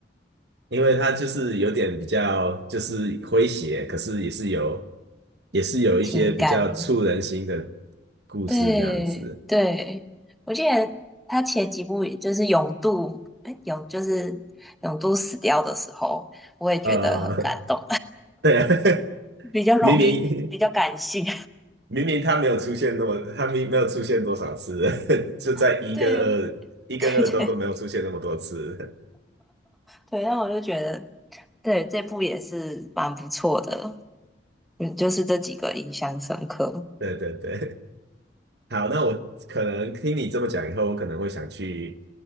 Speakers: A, on the right; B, in the centre.
A: 因为它就是有点比较就是诙谐，可是也是有也是有一些比较触人心的
B: 情感。
A: 故事这样子。
B: 对对，我记得他前几部就是永度，哎，永就是永度死掉的时候，我也觉得很感动，
A: 呃，<laughs> 对啊，<laughs>
B: <laughs> 比较容易，
A: 明明
B: 比较感性。
A: 明明他没有出现那么，他明没有出现多少次，<laughs> 就在一跟二一跟二都都没有出现那么多次。
B: <laughs> 对对对
A: <laughs>
B: 对，那我就觉得，对，这部也是蛮不错的，嗯，就是这几个印象深刻，
A: 对对对，好，那我可能听你这么讲以后，我可能会想去